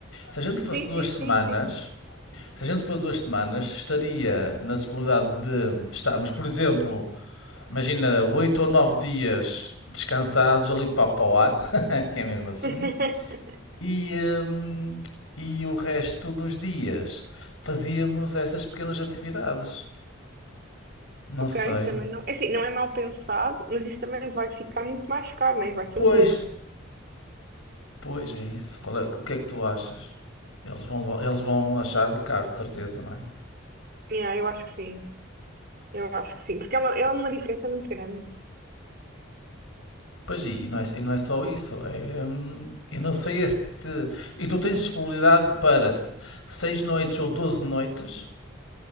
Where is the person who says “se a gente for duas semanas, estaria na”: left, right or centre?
Left